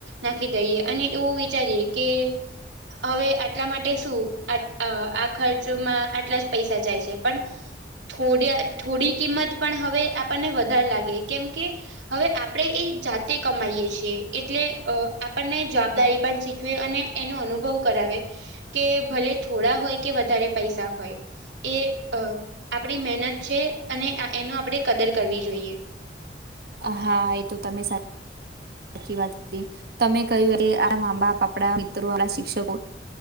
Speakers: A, on the right; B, on the right.
A: નાખી દઈએ અને એવું વિચારીએ કે હવે આટલા માટે શું આ અહ ખર્ચમાં આટલા જ પૈસા જાય છે પણ થોડ થોડી કિંમત પણ હવે આપણને વધારે લાગે કેમ કે હવે આપણે એ જાતે કમાઈએ છીએ એટલે અહ આપણને જવાબદારી પણ શીખ વે અને એનો અનુભવ કરાવે કે ભલે થોડા હોય કે વધારે પૈસા હોય એ અહ આપણી મહેનત છે અને અ એનો આપણે કદર કરવી જોઈએ.
B: હા એ તો તમે સા સાચી વાત કહી તમે કહ્યું કે આ મા-બાપ આપડા મિત્રો આપણા શિક્ષકો